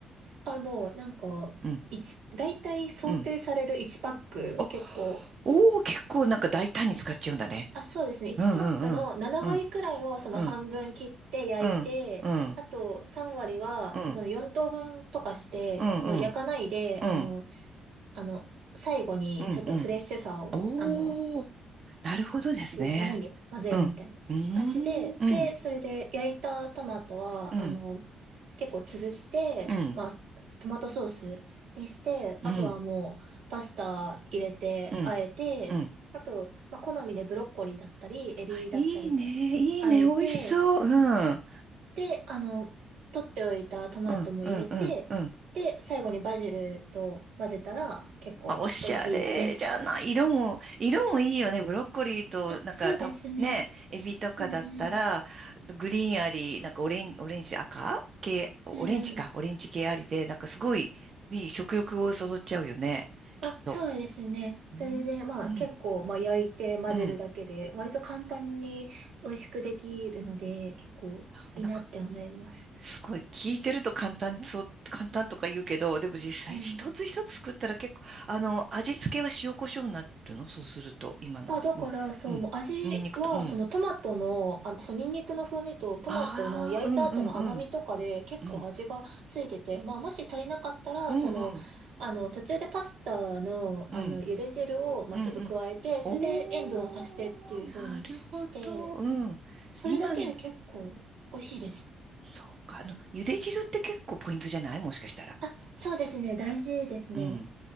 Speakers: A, on the right; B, on the right.
A: あ、もうなんか、
B: うん、
A: 一、大体想定される1パック、
B: うん。あ
A: 結構、
B: おお、結構なんか大胆に使っちゃうんだね。
A: あ、そうですね。1パックの7割くらいをその半分切って焼いて、
B: うんうんうん。うんうんうんうん
A: あと3割はその4等分とかして、
B: うんうんうん
A: その焼かないで、
B: うん
A: あの、あの、最後にちょっとフレッシュさを、
B: うんうん。おお、
A: あの、
B: なるほどですね。
A: 入れるために混ぜるみたいな感じで、
B: うん。うーんうん
A: で、それで焼いたトマトは、
B: うん
A: あの、結構潰して、
B: うん
A: まあ、トマトソースにして、
B: うん
A: あとはもうパスタ入れて、
B: うん
A: あえて、
B: うん。
A: あと、まあ、好みでブロッコリーだったり、エビだったり、
B: いいね、いいね、
A: あえて、
B: 美味しそう。うんうん
A: で、あの、取っておいたトマトも入れて、
B: うんうんうんうん
A: で、最後にバジルと混ぜたら結構美味しいです。
B: あ、おしゃれじゃない。色も、色もいいよね。ブロッコリーと、
A: あ、
B: なんかた、
A: そうですね。
B: ね、エビとかだったら、
A: うんうん。
B: グリーンあり、なんかオレン、オレンジ、赤系、オレンジか、
A: うんうん。
B: オレンジ系ありで、なんかすごい、いい食欲をそそっちゃうよね。きっと。
A: あ、そうですね。それで、
B: うん。
A: まあ結構、
B: うん、
A: まあ焼いて混ぜるだけで、
B: うん。い
A: 割と簡単に美味しくできるので、結構いいなって思います。
B: や、なんか、すごい、聞いてると簡単そう、簡単とか言うけど、でも実際一つ一つ作ったら結構、
A: うん。
B: あの、味付けは塩コショウになってるのそうすると、今のはね。
A: あ、だから、そう、
B: うん。
A: もう味は、
B: ニンニクと、うん。
A: そのトマトの、あの、そう、ニンニクの風味とトマトの焼いた後の甘みとかで結構味がついてて、
B: ああ、うんうんうん。うん。
A: まあもし足りなかったら、
B: うんうん
A: その、あの、途中でパスタの、
B: うん。
A: あの、茹で汁を、まあちょっと加えて、
B: うんうん。おー、
A: それで塩分を足してっていう風にして、
B: なるほど。うん。
A: それだけで結構美味しいです。
B: 今の、そうか。あの、茹で汁って結構ポイントじゃないもしかしたら。
A: あ、そうですね。大事ですね。
B: うん。